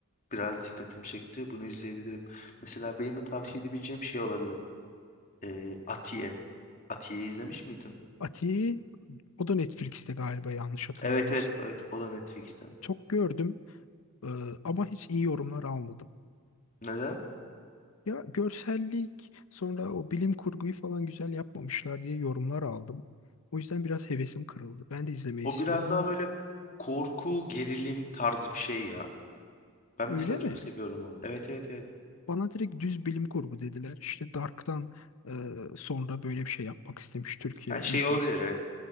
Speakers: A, on the left; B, on the left.
A: biraz dikkatimi çekti. Bunu izleyebilirim. Mesela benim de tavsiye edebileceğim şey olabilir. Ee, Atiye. Atiye'yi izlemiş miydin?
B: Ati o da Netflix'te galiba yanlış hatırlamıyorsun.
A: Evet evet evet o da Netflix'te.
B: Çok gördüm e, ama hiç iyi yorumlar almadım.
A: Neden?
B: Ya görsellik sonra o bilim kurguyu falan güzel yapmamışlar diye yorumlar aldım. O yüzden biraz hevesim kırıldı. Ben de izlemeyi
A: O
B: istiyordum
A: biraz daha
B: ama
A: böyle korku, gerilim tarzı bir şey ya. Ben
B: öyle
A: mesela çok
B: mi?
A: seviyorum onu. Evet evet evet.
B: Bana direkt düz bilim kurgu dediler. İşte Dark'tan e, sonra böyle bir şey yapmak istemiş Türkiye,
A: Her şey
B: Netflix
A: olabilir
B: Türk.
A: evet.